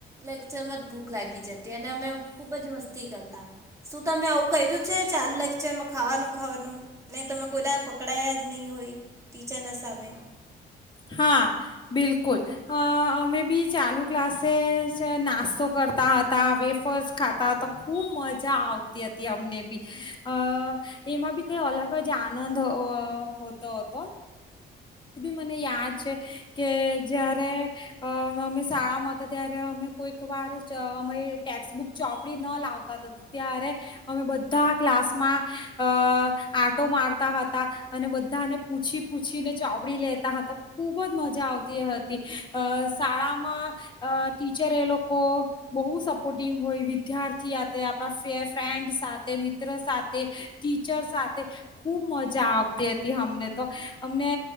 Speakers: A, on the right (about 15°); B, on the left (about 25°).
A: લેક્ચરમાં જ ભૂખ લાગી જતી અને અમે ખુબ જ મસ્તી કરતા. શું તમે આવું કર્યું છે ચાલુ લેક્ચરમાં ખાવાનું ખાવાનું ને તમે કોઈ દા પકડાયા જ ની હોય ટીચર ના સામે?
B: હા બિલકુલ અ અમે બી ચાલુ ક્લાસે નાસ્તો કરતા હતા, વેફર્સ ખાતા હતા, ખુબ મજા આવતી હતી અમને બી અ એમાં બી કઈ અલગ જ અ આનંદ અ હોતો હતો. મને યાદ છે કે જયારે અમે શાળામાં હતા ત્યારે અમે કોઈક વાર અ અમે ટેક્સબુક ચોપડી ન લાવતા ત્યારે અમે બધા ક્લાસમાં અ આંટો મારતા હતા અને બધાને પૂછી પૂછીને ચોપડી લે ખૂબ જ મજા આવતી હતી. અ શાળામાં અ ટીચર એ લોકો બહુ સપોર્ટંગ હોય વિદ્યાર્થી આપણા ફ્રેન્ડ સાથે મિત્ર સાથે ટીચર સાથે ખૂબ મજા આવતી હતી અમને તો અમને